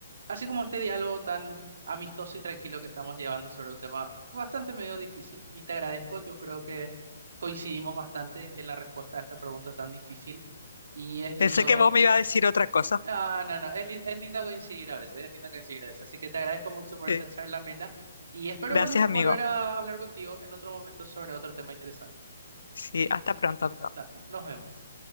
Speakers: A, on the right (about 65°); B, on the left (about 75°).
A: Así como este diálogo tan amistoso y tranquilo que estamos llevando sobre un tema bastante medio difícil, y te agradezco, yo creo que coincidimos bastante en la respuesta a esta pregunta tan difícil, y es lindo,
B: Pensé que vos me ibas a decir otra cosa.
A: ah,
B: <laughs>
A: no, no, es, li- es lindo coincidir a veces, es lindo coincidir a veces, así que te agradezco mucho por
B: Sí.
A: esta charla amena, y espero,
B: Gracias,
A: bueno,
B: amigo.
A: volver a hablar contigo en otro momento sobre otro tema interesante.
B: Sí, hasta pronto, amigo.
A: Hasta, nos vemos.